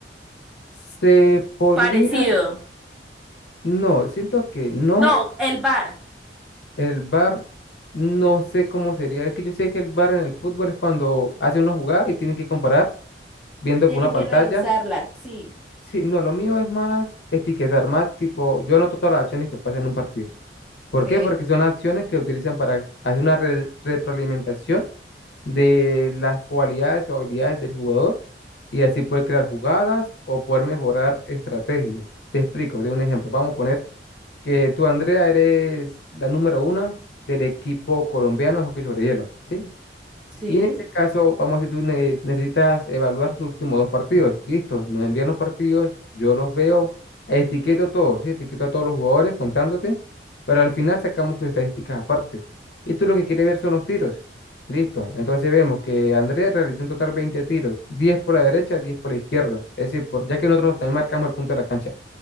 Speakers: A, on the left; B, in the centre.
A: Se podría,
B: Parecido.
A: no, siento que no,
B: No, el VAR.
A: el VAR, no sé cómo sería. Es que yo sé que el VAR en el fútbol es cuando hace una jugada y tienen que comparar viendo
B: Tienen
A: por una pantalla.
B: que revisarla, sí.
A: Sí, no, lo mío es más etiquetar, más tipo, yo anoto todas las acciones que pasan en un partido.
B: Ok,
A: ¿Por qué? Porque son acciones que utilizan para hacer una re- retroalimentación de las cualidades o habilidades del jugador y así poder crear jugadas o poder mejorar estrategias. Te explico, te doy un ejemplo. Vamos a poner que tú, Andrea, eres la número una del equipo colombiano de hockey sobre hielo, ¿sí?
B: Sí.
A: Y en ese caso, vamos a decir, tú ne- necesitas evaluar sus últimos dos partidos. Listo, nos envían los partidos, yo los veo, etiqueto a todos, sí, etiqueto a todos los jugadores contándote, pero al final sacamos sus estadísticas aparte. Y tú lo que quieres ver son los tiros. Listo, entonces vemos que Andrea realizó en total 20 tiros, 10 por la derecha, 10 por la izquierda. Es decir, por, ya que nosotros también marcamos el punto de la cancha,